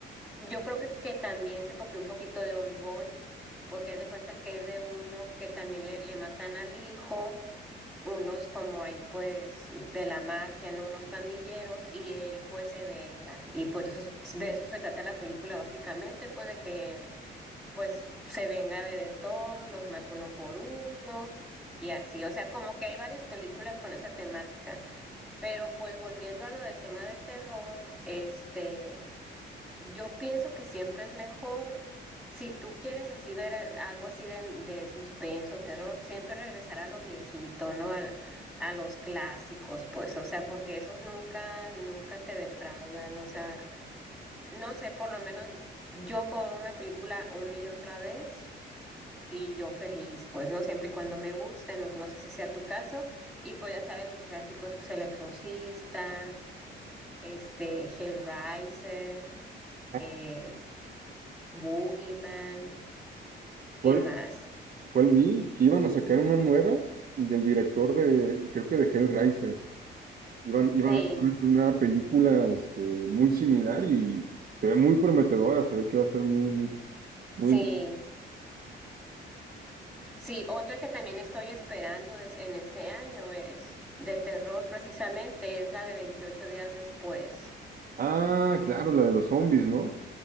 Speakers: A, in the centre; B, on the right.
A: yo creo que, que también se copió un poquito de Old Boy, porque haz de cuenta que es de uno que también le, le matan al hijo, unos como ahí pues de la mafia, ¿no? Unos pandilleros, y él pues se venga, y pues de eso, de eso se trata la película básicamente, pues de que pues se venga de, de todos, los mata uno por uno y así. O sea, como que hay varias películas con esa temática. Pero pues volviendo a lo del tema del terror, este, yo pienso que siempre es mejor, si tú quieres así ver eh, algo así de, de suspenso, terror, siempre regresar a lo viejito, ¿no? A, a los clásicos, pues, o sea, porque esos nunca, nunca te defraudan, o sea, no sé, por lo menos yo puedo ver una película una y otra vez y yo feliz, pues, ¿no? Siempre y cuando me guste, no, no sé si sea tu caso. Y pues ya sabes, los clásicos, pues El Exorcista, este, Hellraiser,
B: Ah,
A: eh, Boogeyman,
B: ¿Cuál,
A: ¿qué más?
B: cuál vi? Que iban a sacar una nueva del director de, creo que de Hellraiser. Iban, iban
A: Sí,
B: a hacer una película este, muy similar y se ve muy prometedora, se ve que va a estar muy, muy, muy
A: sí, sí. Otro que también estoy esperando des- en este año es de terror, precisamente, es la de 28 días después.
B: Ah, claro, la de los zombies, ¿no?